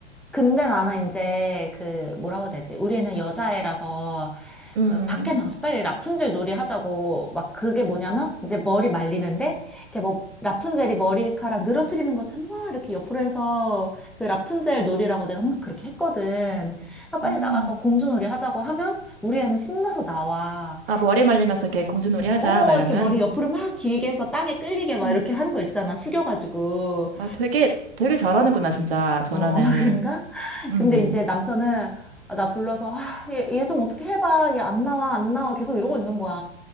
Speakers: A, in the centre; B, on the right.
A: 근데 나는 이제 그 뭐라고 해야 되지? 우리는 애 여자애라서
B: 음.
A: 그 밖에 나가서 빨리 라푼젤 놀이 하자고 막 그게 뭐냐면 이제 머리 말리는데 이렇게 뭐 라푼젤이 머리카락 늘어뜨리는 것처럼 막 이렇게 옆으로 해서 그 라푼젤 놀이라고 내가 막 그렇게 했거든. 아, 빨리
B: 음.
A: 나가서 공주놀이 하자고 하면 우리 애는 신나서 나와.
B: 아, 머리 말리면서 이렇게 공주놀이 하자,
A: 어,
B: 막 이러면.
A: 이렇게 머리 옆으로 막 길게 해서 땅에 끌리게 막
B: 음.
A: 이렇게 하는 거 있잖아. 숙여가지고.
B: 아, 되게, 되게 잘하는구나, 진짜, 전환을.
A: 어, <laughs> 그런가?
B: 음.
A: 근데 이제 남편은 아, 나 불러서 아, 얘, 얘 좀 어떻게 해봐. 얘 안 나와, 안 나와. 계속 이러고 있는 거야.